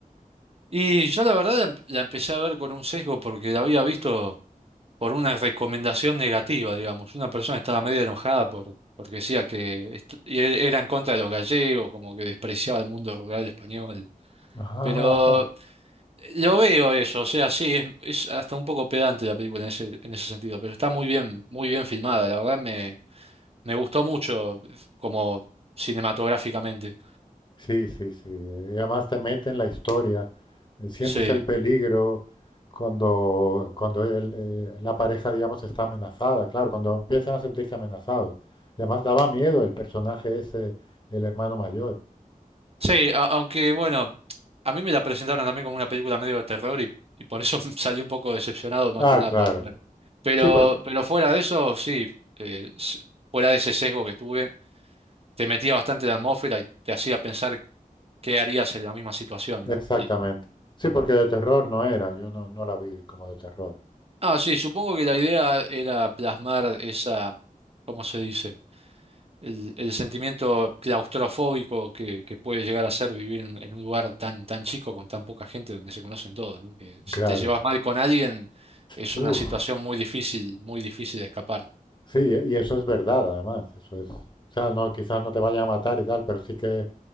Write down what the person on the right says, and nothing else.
Y yo la verdad la, em- la empecé a ver con un sesgo porque la había visto por una recomendación negativa, digamos. Una persona estaba medio enojada por, porque decía que est- y e- era en contra de los gallegos, como que despreciaba el mundo rural español.
Pero Yo veo eso, o sea, sí, es, es hasta un poco pedante la película en ese, en ese sentido, pero está muy bien, muy bien filmada, la verdad me, me gustó mucho como cinematográficamente.
Sí,
sí, a- aunque bueno, a mí me la presentaron también como una película medio de terror y, y por eso <laughs> salí un poco decepcionado más
que nada
por... Pero,
pero fuera de eso, sí, eh, s- fuera de ese sesgo que tuve, te metía bastante en la atmósfera y te hacía pensar qué harías en la misma situación,
¿no?
Ah, sí, supongo que la idea era plasmar esa, ¿cómo se dice? El, el sentimiento claustrofóbico que, que puede llegar a ser vivir en, en un lugar tan, tan chico, con tan poca gente, donde se conocen todos, ¿no? Que si
te llevas mal con alguien, es
una situación muy difícil, muy difícil de escapar.